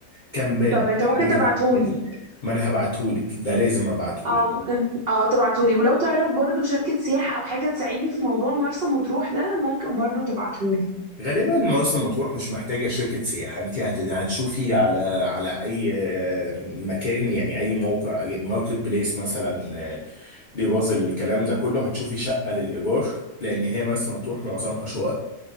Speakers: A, on the left; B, on the right.
A: كامبات
B: طب
A: بقى
B: انت ممكن
A: عايزة
B: تبعتهولي
A: تجيبي. ما أنا هبعتهولك ده لازم أبعتهولك
B: اه ممكن اه تبعتهولي ولو تعرف برضو شركه سياحه او حاجه تساعدني في موضوع مرسى مطروح ده ممكن برضو تبعتهولي
A: غالبا مرسى مطروح مش محتاجة شركة سياحة انت هت- هتشوفي على على اي آه، مكان يعني اي موقع يعني ماركت بليس مثلا آه، ديبوزل الكلام ده كله هتشوفي شقة للإيجار لأن هي مرسى مطروح معظمها شقق